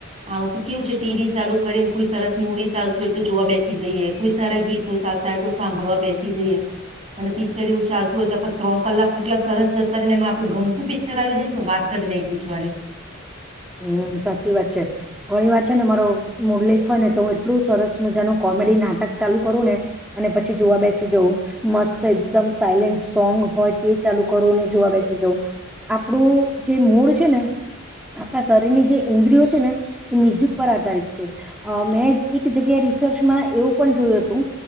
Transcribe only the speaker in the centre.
હમ સાચી વાત છે ઘણી વાર છે ને મારો મુડલીસ હોય ને તો હું એટલું સરસ મજાનું કોમેડી નાટક ચાલુ કરું ને અને પછી જોવા બેસી જઉં મસ્ત એકદમ સાયલેન્ટ સોંગ હોય તે ચાલુ કરવું નહી જોવા બેસી જવું. આપણું જે મૂળ છે ને. આપણા શરીરની જે ઇન્દ્રિયો છે ને એ મ્યુઝિક પર આધારિત છે મેં એક જગ્યા રિસર્ચમાં એવું પણ જોયું હતું